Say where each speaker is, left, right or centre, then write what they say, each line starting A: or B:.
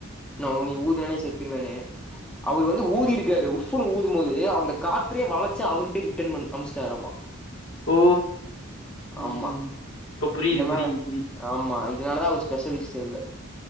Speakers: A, in the centre; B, on the left.
A: நோ நீ ஊதுனாலே செத்துருவன்னு அவர் வந்து ஊதிருக்காரு உஃப்ன்னு ஊதும் போது அந்த காத்தே வளைைச்சு அவருர்கிட்டே ரிட்டன் பண் அனுச்சுட்டுராமா
B: ஓ
A: ஆமா
B: ம் இப்ப புரியுது
A: இந்த மாதிரி
B: புரியுது புரி
A: ஆமா இதனாலதா அவரு ஸ்பெஷலிஸ்ட்ல்ல